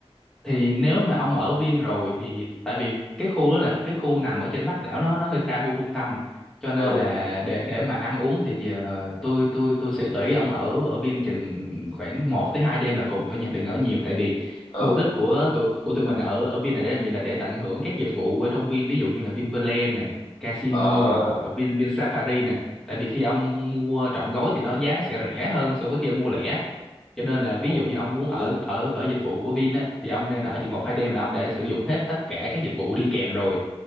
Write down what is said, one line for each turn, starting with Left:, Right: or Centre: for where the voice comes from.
Centre: thì nếu mà ông ở Vin rồi thì tại vì cái khu đó là cái khu nằm ở trên Bắc đảo nó nó hơi xa khu trung tâm cho nên
Left: ừ
Centre: là để để mà ăn uống thì ờ, tôi tôi tôi sẽ gợi ý ông ở ở Vin chừng khoảng một tới 2 đêm là cùng thôi nha đừng ở nhiều tại vì
Left: ừ
Centre: mục đích của tụi của tụi mình ở ở Vin là để làm gì là để tận hưởng các dịch vụ ở trong Vin ví dụ như là Vinpearl này casino
Left: ờ
Centre: này hoặc là Vin Vin Safari này tại vì khi ông mua trọn gói thì nó giá nó sẽ rẻ hơn so với khi ông mua lẻ cho nên là ví
Left: ồ
Centre: dụ như ông muốn ở
Left: Huy.
Centre: ở ở dịch vụ của Vin á thì ông nên ở chừng một hai đêm là ông đã sử dụng hết tất cả các dịch vụ đi kèm rồi